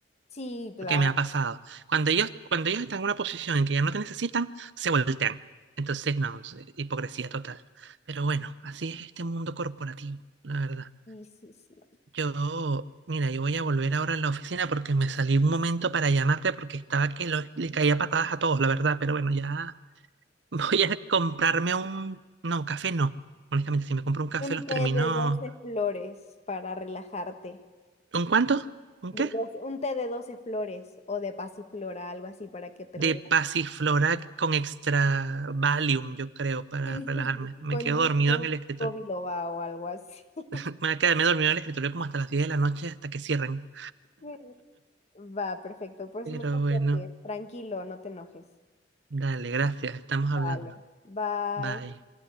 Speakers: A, on the left (about 40°); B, on the right (about 85°).
A: Sí, claro.
B: porque me ha pasado. Cuando ellos, cuando ellos están en una posición en que ya no te necesitan, se voltean. Entonces, no, es, eh, hipocresía total. Pero bueno, así es este mundo corporativo, la verdad.
A: Sí, sí, sí.
B: Yo, mira, yo voy a volver ahora a la oficina porque me salí un momento para llamarte porque estaba que lo- le caía patadas a todos, la verdad, pero bueno, ya. Voy a comprarme un... No, café no. Honestamente, si me compro un café
A: Un
B: los
A: té
B: termino...
A: de 12 flores para relajarte.
B: ¿Un cuánto? ¿Un
A: De
B: qué?
A: 12 un té de 12 flores o de pasiflora, algo así para que te relajes.
B: De pasiflora con extra Valium, yo creo, para
A: Sí,
B: relajarme.
A: sí, sí.
B: Me
A: Con
B: quedo
A: ginseng
B: dormido en el escritorio.
A: o biloba o algo así. <laughs>
B: <laughs> Me quedé dormido en el escritorio como hasta las 10 de la noche, hasta que cierren.
A: Sí. Va, perfecto. Pues
B: Pero
A: mucha
B: bueno,
A: suerte. Tranquilo, no te enojes.
B: dale, gracias. Estamos hablando.
A: Vale. Bye.
B: Bye.